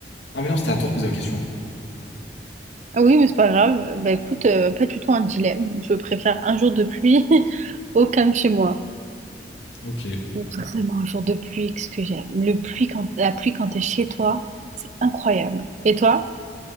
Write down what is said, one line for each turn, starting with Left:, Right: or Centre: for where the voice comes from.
Left: Ah mais non, c'était à toi de poser la question.
Right: Ah oui, mais c'est pas grave. Bah écoute, euh, pas du tout un dilemme. Je préfère un jour de pluie <laughs> au calme chez moi.
Left: Ok.
Right: <laughs> Vraiment un jour de pluie, qu'est-ce que j'aime. Le pluie quand la pluie quand t'es chez toi, c'est incroyable. Et toi?